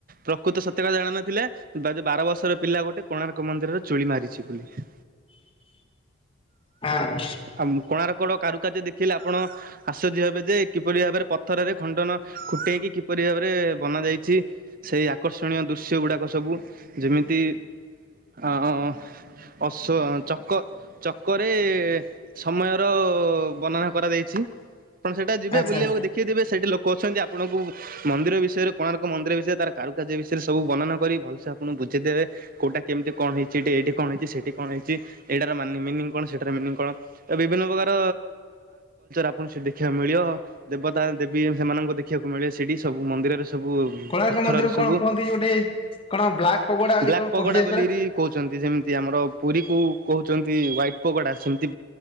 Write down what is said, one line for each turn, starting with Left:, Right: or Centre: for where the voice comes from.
Right: ପ୍ରକୃତ ସତେ କଥା ଜାଣ ନଥିଲେ ବାର ବର୍ଷ ବଷର ପିଲା ଗୋଟେ କୋଣାର୍କ ମନ୍ଦିରରେ ଚୁଳି ମାରିଛି ବୋଲି
Left: ହଁ
Right: ଆଉ କୋଣାର୍କର କାରୁକାର୍ଯ୍ୟ ଦେଖିଲେ ଆପଣ ଆଶ୍ଚର୍ଯ୍ୟ ହେବେ ଯେ କିପରି ଭାବରେ ପଥରରେ ଖଣ୍ଡନ ଖୁଟେଇକି କିପରି ଭାବରେ ବନା ଯାଇଛି ସେଇ ଆକର୍ଷଣୀୟ ଦୃଶ୍ୟ ଗୁଡାକ ସବୁ ଯେମିତି ହ ଅ ଚକ ଚକରେ ସମୟର ବର୍ଣନା କରେଇଛି ଆପଣ ସେଟା ଯିବେ
Left: ଆଚ୍ଛା।
Right: ବୁଲିବାକୁ ଦେଖେଇଦେବେ ସେଠି ଲ କଛନ୍ତି ଆପଣଙ୍କୁ ମନ୍ଦିର ବିଷୟରେ କୋଣାର୍କ ମନ୍ଦିର ବିଷୟରେ ତାର କାରୁକାର୍ଯ୍ୟ ବିଷୟରେ ସବୁ ବର୍ଣ୍ଣନା କରି ଭଲସେ ଆପଣ ବୁଝେଇଦବେ କଉଟା କେମିତି କଣ ହେଇଛି, ଏଇଠି କଣ ହେଇଛି, ସେଠି କଣ ହେଇଛି, ଏଇଟି ର ମିନିଙ୍ଗ କଣ? ସେଇଟା ର ମିନିଙ୍ଗ କଣ? ବିଭିନ୍ନ ପ୍ରକାର କଲଚର ଆପଣଙ୍କୁଠି ଦେଖିବାକୁ ମିଳିବ ଦେବତା ଦେବୀ ସେମାନଙ୍କୁ ଦେଖିବାକୁ ମିଳିବ ସେଠି ସବୁ ମନ୍ଦିରରେ ସବୁ
Left: କୋଣାର୍କ
Right: ପଥରରେ
Left: ମନ୍ଦିରକୁ
Right: ସବୁ
Left: କଣ କୁହନ୍ତି ଯେ ଗୋଟେ କଣ ବ୍ଲାକ୍ ପଗୋଡା ବୋଲି
Right: ବ୍ଲାକ୍
Left: କଣ
Right: ପଗୋଡା
Left: କୁହାଯାଏ
Right: ବଲିରି
Left: ପରା?
Right: କହୁଛନ୍ତି ଯେମିତି ଆମର ପୁରୀ କୁ କହୁ ହୁ ହ୍ଵାଇଟ୍ ପଗୋଡା ସେମିତି